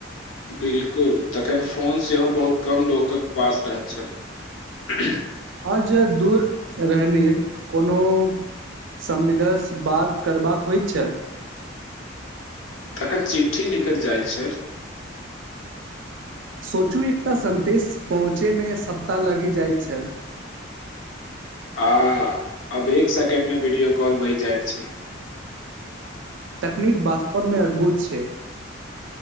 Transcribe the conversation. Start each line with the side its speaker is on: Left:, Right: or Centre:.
Left: बिलकुल तखन फोन सेहो बहुत कम लोकक पास रहैत छल
Right: आज दूर रहनी कोनो समविदसँ बात करबाक होइत छल
Left: तखन चिट्ठी लिखल जाइत छल
Right: सोचू एकटा सदेश पहुँचैमे सप्ताह लगि जाइत छल
Left: आ अब एक सेकेंड मे वीडियो कॉल भहि जायइत छै
Right: तकनीक वास्तवमे अद्भुत छै